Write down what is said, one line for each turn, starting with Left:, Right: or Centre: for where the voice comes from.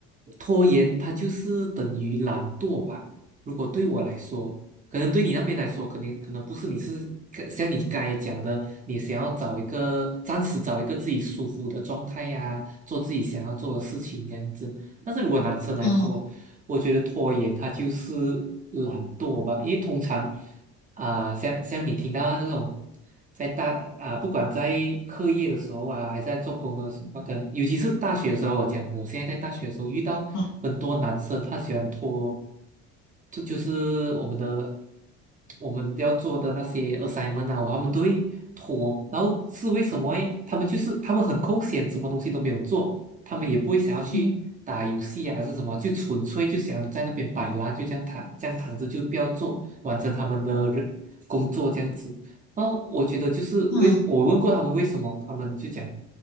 Right: 拖延，它就是等于懒惰吧。如果对我来说，可能对你那边来说，可能可能不是，你是像你刚才讲的，你想要找一个暂时找一个自己舒服的状态呀、做自己想要做的事情这样子。但是如果男生来说，
Left: 嗯
Right: 我觉得拖延它就是懒惰吧，因为通常。啊，像像你听到这种，在大啊，不管在课业的时候啊，还是在做工的时候，那个，尤其是大学的时候，我讲我现在在大学的时候遇到很多男生，
Left: 嗯
Right: 他喜欢拖，这就是我们的我们要做的那些 assignment 啊，他们都会拖，然后是为什么诶？他们就是他们很空闲，什么东西都没有做，他们也不会想要去打游戏啊，
Left: 嗯
Right: 还是什么，就纯粹就想在那边摆烂，就这样躺，这样躺着就不要做，完成他们的人工作这样子。然后我觉得就是为我问过他们为什么，
Left: 嗯
Right: 他们就讲